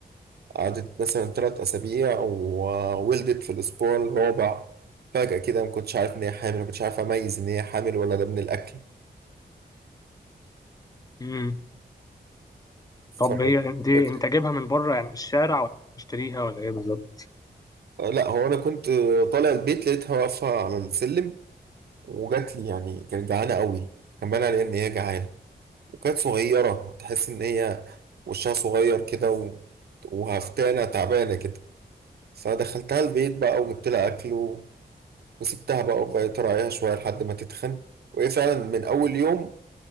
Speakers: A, on the right (about 70°); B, on the left (about 20°).
A: قعدت مثلا تلات أسابيع وولدت في الأسبوع الرابع فجأة كده ما كنتش عارف إن هي حامل ما كنتش عارف أميز إن هي حامل ولا ده من الأكل
B: مم.
A: ف-
B: طب هي دي
A: فجيت
B: انت جايبها من بره يعني من الشارع ولا مشتريها ولا ايه بالظبط
A: آه، لا هو انا كنت آه، طالع البيت لقيتها واقفه على السلم وجات لي يعني كانت جعانه قوي كان باين عليها ان هي جعانه وكانت صغيره تحس ان هي وشها صغير كده و... وهفتانه تعبانه كده فدخلتها البيت بقى وجبت لها اكل و... وسبتها بقى وبقيت اراعيها شويه لحد ما تتخن وهي فعلا من اول يوم